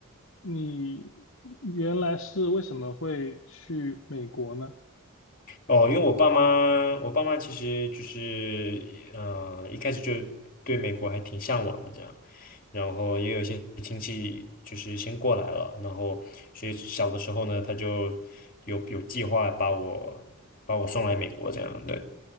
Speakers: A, on the left; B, on the left.
A: 你原来是为什么会去美国呢？
B: 哦，因为我爸妈，我爸妈其实就是，嗯、一开始就对美国还挺向往的这样，然后也有一些亲戚就是先过来了，然后所以小的时候呢，他就有有计划把我把我送来美国这样的。